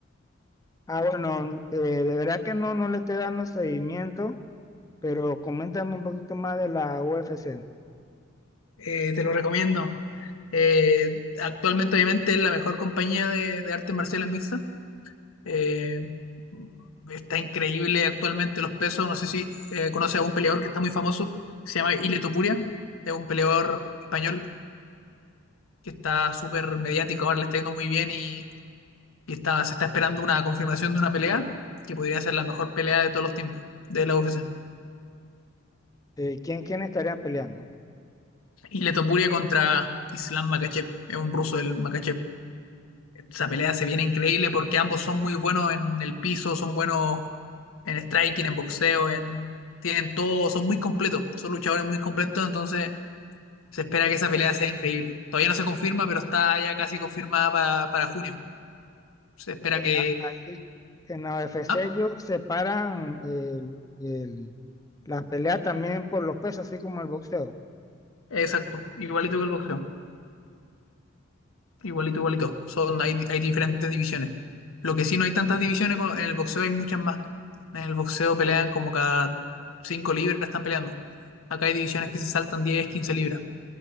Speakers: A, on the left; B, on the left.
A: Ah, bueno, eh, de verdad que no, no le estoy dando seguimiento, pero coméntame un poquito más de la UFC.
B: eh, te lo recomiendo. Eh, actualmente, obviamente, es la mejor compañía de, de artes marciales mixtas. Eh, está increíble actualmente los pesos. No sé si eh, conoces a un peleador que está muy famoso, que se llama Ile Topuria. Es un peleador español que está súper mediático, ahora le está yendo muy bien y, y está, se está esperando una confirmación de una pelea que podría ser la mejor pelea de todos los tiempos de la UFC.
A: Eh, ¿quién, quién estarían peleando?
B: Ile Topuria contra Islam Makhachev, es un ruso el Makhachev. Esa pelea se viene increíble porque ambos son muy buenos en el piso, son buenos en striking, en boxeo, en... tienen todo, son muy completos, son luchadores muy completos, entonces se espera que esa pelea sea increíble. Todavía no se confirma, pero está ya casi confirmada para, para junio. Se espera
A: Pero
B: que...
A: a- ahí en la UFC
B: Ah,
A: ellos separan el- el- las peleas también por los pesos, así como el boxeo.
B: exacto, igualito que el boxeo. Igualito, igualito. Son, hay, hay diferentes divisiones. Lo que sí no hay tantas divisiones, co- en el boxeo hay muchas más. En el boxeo pelean como cada 5 libras están peleando. Acá hay divisiones que se saltan 10 15 libras.